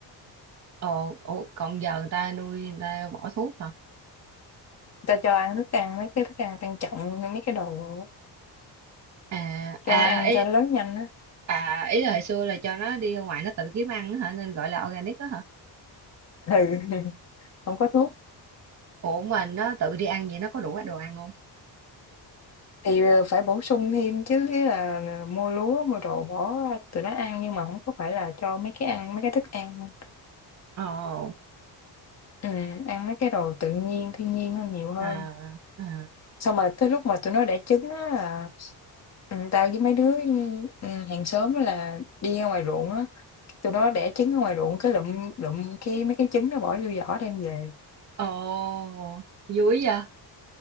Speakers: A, on the right; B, on the left.
A: ồ, ủa, còn giờ người ta nuôi người ta bỏ thuốc hả?
B: Ta cho ăn thức ăn mấy cái thức ăn tăng trọng, mấy cái đồ
A: À,
B: cho
A: à,
B: ăn cho
A: ý
B: nó lớn nhanh á.
A: à, ý là hồi xưa là cho nó đi ra ngoài nó tự kiếm ăn á hả, nên gọi là organic đó hả?
B: Ừ, <laughs> hổng có thuốc.
A: Ủa mình nó tự đi ăn vậy nó có đủ đồ ăn không?
B: Thì, ờ, phải bổ sung thêm chứ, ý là mua lúa, mua đồ bỏ tụi nó ăn nhưng mà không có phải là cho mấy cái ăn mấy cái thức ăn
A: Ồ,
B: ừm, ăn mấy cái đồ tự nhiên, thiên nhiên hơn nhiều hơn.
A: à, à,
B: Xong rồi tới lúc mà tụi nó đẻ trứng á là, ừm, tao với mấy đứa, ừm, hàng xóm á là đi ra ngoài ruộng á, tụi nó đẻ trứng ở ngoài ruộng cái lụm lụm cái mấy cái trứng nó bỏ vô giỏ đem về.
A: ồ, vui vậy?